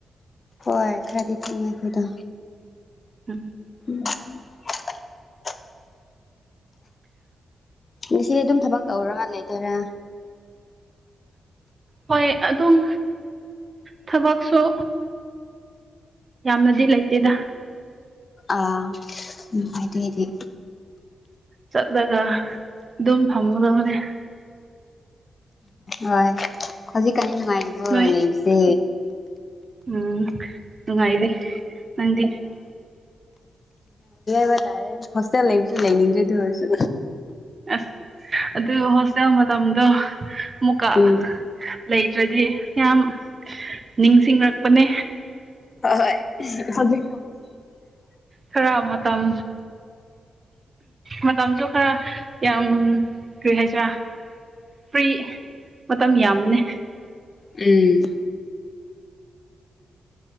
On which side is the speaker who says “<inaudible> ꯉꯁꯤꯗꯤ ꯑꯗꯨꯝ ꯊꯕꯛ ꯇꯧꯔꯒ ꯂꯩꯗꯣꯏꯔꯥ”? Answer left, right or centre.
Left